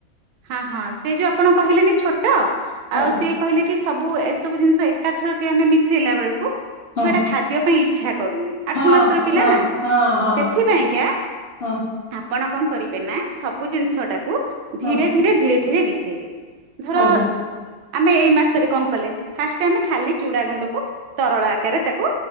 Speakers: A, on the right; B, on the left.
A: ହା ହଁ ସେ ଯୋଉ ଆପଣ କହିଲେନି ଛୋଟ, ଆଉ
B: ଆଜ୍ଞା
A: ସିଏ କହିଲେ କି ସବୁ ଏସବୁ ଜିନିଷ ଏକାଥରକେ ଆମେ ମିଶେଇଲା ବେଳକୁ
B: ହଁ
A: ଛୁଆଟା ଖାଦ୍ୟ ପାଇଁ ଇଚ୍ଛା କରୁନି। ଆଠ
B: ହଁ
A: ମାସର ପିଲା ନା
B: ହଁ ହଁ
A: ସେଥିପାଇଁକା
B: ହଁ ହଁ
A: ଆପଣ କଣ କରିବେ ନା ସବୁ ଜିନିଷ ଟାକୁ
B: ହଁ
A: ଧୀରେ ଧୀରେ ଧୀରେ ଧୀରେ ମିଶେଇବେ ଧର
B: ଆଜ୍ଞା
A: ଆମେ ଏଇ ମାସରେ କଣ କଲେ ଫାଷ୍ଟ ଆମେ ଖାଲି ଚୁଡା ଗୁଣ୍ଡକୁ ତରଳ ଆକାରରେ ତାକୁ